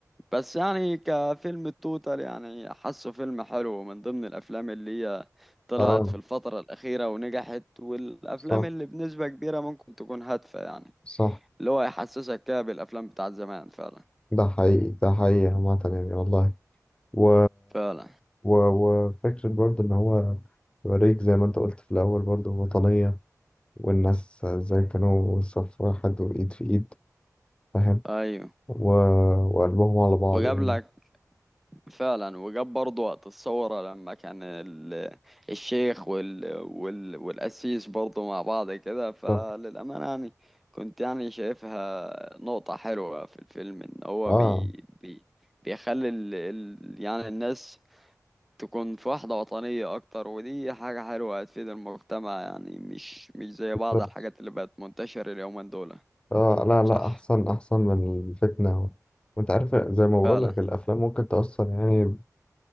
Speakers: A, in the centre; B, on the left.
A: بس يعني كفيلم توتال يعني حاسه فيلم حلو من ضمن الافلام اللي هي طلعت
B: اه
A: في الفترة الأخيرة ونجحت والافلام
B: صح
A: اللي بنسبة كبيرة ممكن تكون هادفة يعني
B: صح
A: اللي هو يحسسك كده بالافلام بتاعت زمان فعلا
B: ده حقيقي ده حقيقي عامة يعني والله و...
A: فعلا
B: و... وفكرة برضه إن هو يوريك زي ما أنت قلت في الأول برضه وطنية والناس إزاي كانوا صف واحد وإيد في إيد فاهم
A: ايوه
B: و... وقلبهم على بعض
A: وجاب
B: يعني
A: لك فعلا وجاب برضه وقت الثورة لما كان ال- الشيخ وال وال والقسيس برضه مع بعض كده فللأمانة
B: ف...
A: يعني كنت يعني شايفها نقطة حلوة في الفيلم إن هو
B: آه
A: بي بي بيخلي ال ال يعني الناس تكون في وحدة وطنية أكتر ودي حاجة حلوة هتفيد المجتمع يعني مش مش زي بعض
B: بالظبط
A: الحاجات اللي بقت منتشرة اليومين دول
B: آه لا
A: صح
B: لا أحسن أحسن من الفتنة وأنت عارف زي ما
A: فعلا
B: بقولك الأفلام ممكن تأثر يعني ب...